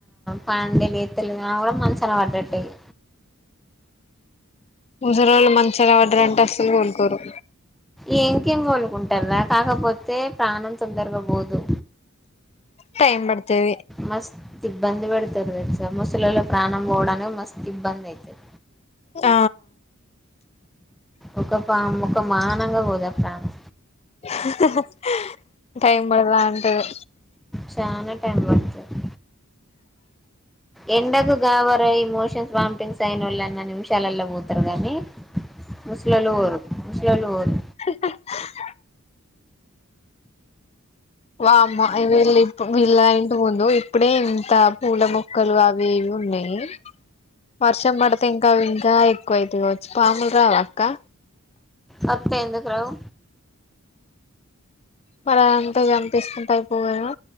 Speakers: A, in the centre; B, on the left (about 30°).
A: పండి లేస్తలేదు ఆమె కూడా మంచాన పడ్డట్టే ఇక
B: ముసలోళ్ళు మంచానపడ్డరంటే అస్సలు కోలుకోరు.
A: ఇంకేం కోలుకుంటారురా, కాకపోతే ప్రాణం తొందరగా పోదు.
B: టైమ్ పడతది
A: మస్తు ఇబ్బంది పెడతారు తెలుసా, ముసలోళ్ళ ప్రాణం పోవడానికి మస్తు ఇబ్బంది అయితది.
B: ఆ
A: ఒక పా ఒక మానంగా పోదా ప్రాణం
B: హహ్హ టైం పడతద అంటరు.
A: చానా టైం పడుతది. ఎండకు గావరయి మోషన్స్ వామిటింగ్స్ అయినోళ్ళన్నా నిమిషాలల్లో పోతారు గానీ ముసలోళ్ళు పోరు, ముసలోళ్లు పోరు
B: అ వామ్మో వీళ్ళు వీళ్ళ ఇంటి ముందు ఇప్పుడే ఇంత పూలమొ క్కలు అవి ఇవి ఉన్నాయి. వర్షం పడితే ఇంకా ఇంకా ఎక్కువయితాయి కావచ్చు, పాములు రావా అక్కా?
A: వస్తాయి, ఎందుకు రావు?
B: మరి అది అంతా కన్పిస్తుంటే అయిపోవు కదా.